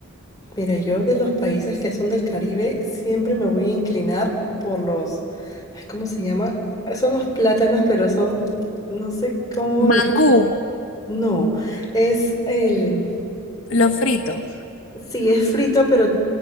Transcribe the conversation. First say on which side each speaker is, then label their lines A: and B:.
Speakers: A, on the left; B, on the left.
A: mira, yo de los países que son del Caribe siempre me voy a inclinar por los, ay, ¿cómo se llama? Son los plátanos, pero son, no sé cómo de-
B: Mangú,
A: No, es el,
B: lo frito.
A: sí, es frito, pero